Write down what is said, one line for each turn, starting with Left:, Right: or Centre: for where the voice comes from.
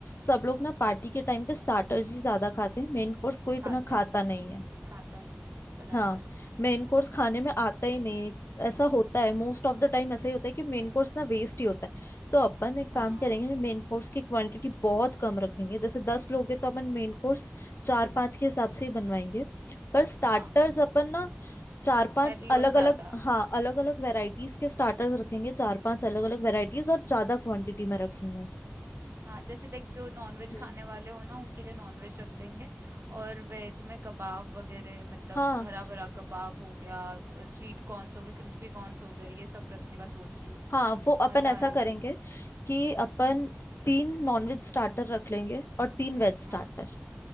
Left: सब लोग ना पार्टी के टाइम पे स्टार्टर्स ही ज्यादा खाते हैं मेन कोर्स कोई इतना
Right: खाते
Left: खाता
Right: हैं
Left: नहीं है
Right: खाता नहीं है बराबर
Left: हाँ
Right: है
Left: मेन कोर्स खाने में आता ही नहीं है ऐसा होता है मोस्ट ऑफ द टाइम ऐसा ही होता है कि मेन कोर्स ना वेस्ट ही होता है तो अपन एक
Right: हाँ
Left: काम करेंगे मेन कोर्स की क्वांटिटी बहुत कम रखेंगे जैसे दस लोग हैं तो अपन मेन कोर्स चार पांच के हिसाब से ही बनवाएंगे पर स्टार्टर्स
Right: हाँ
Left: अपन ना चार पांच
Right: हैवी
Left: अलग
Right: और ज़्यादा
Left: अलग हाँ अलग अलग वेराइटीज के स्टार्टर्स रखेंगे चार पांच अलग अलग वेराइटीज और ज्यादा क्वांटिटी में रखेंगे
Right: हाँ जैसे देख जो नॉनवेज
Left: हम्म।
Right: खाने वाले हो ना उनके लिए नॉनवेज रख देंगे और वेज में कबाब वगैरह मतलब
Left: हाँ
Right: हरा भरा कबाब हो गया स्वीट कॉर्न्स हो गए क्रिस्पी कॉर्न्स हो गए ये सब रखने का सोच रही हूँ
Left: हाँ वो
Right: मज़ा
Left: अपन ऐसा
Right: आएगा
Left: करेंगे कि अपन
Right: हम्म
Left: तीन नॉनवेज स्टार्टर रख लेंगे और तीन वेज स्टार्टर
Right: हाँ